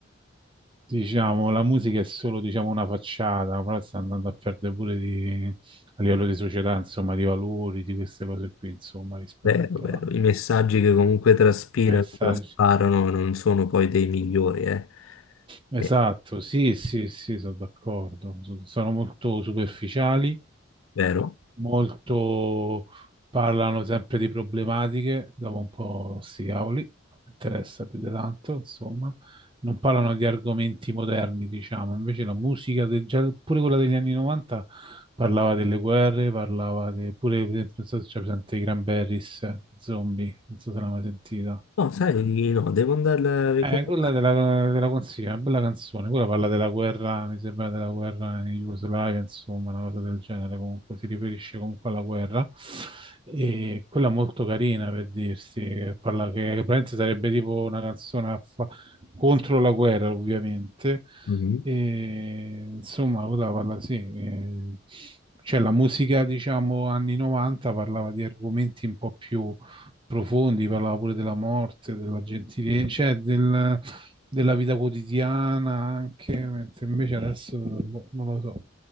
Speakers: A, on the right; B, on the left.
A: Diciamo, la musica è solo, diciamo, una facciata, però sta andando a perdere pure di... a livello di società, insomma, di valori, di queste cose qui, insomma, rispetto
B: Vero, vero.
A: a...
B: I messaggi che comunque traspirano,
A: ai messaggi.
B: trasparano, non sono poi dei migliori, eh.
A: Esatto,
B: È
A: sì, sì, sì, sono d'accordo. So- Sono molto superficiali,
B: vero.
A: molto parlano sempre di problematiche, dopo un po' sti cavoli, non mi interessa più di tanto, insomma. Non parlano di argomenti moderni, diciamo. Invece la musica, del- già pure quella degli anni 90, parlava delle guerre, parlava de- pure, per esempio, non so se c'è presente i Cranberries, Zombie, non so se l'hai mai sentita.
B: No, sai, di no, devo andarla a recuperare.
A: Eh, quella della, della consiglio, una bella canzone. Quella parla della guerra, mi sembra della guerra in Jugoslavia, insomma, una cosa del genere. Comunque si riferisce comunque alla guerra. E quella molto carina per dirsi, che parla che, che praticamente sarebbe tipo una canzone a fa- contro la guerra, ovviamente.
B: Mhm.
A: E, insomma, quella parla sì. eh, cioè la musica, diciamo, anni 90 parlava di argomenti un po' più profondi, parlava pure della morte, della gentilezza, cioè del- della vita quotidiana anche, mentre invece adesso boh, non lo so.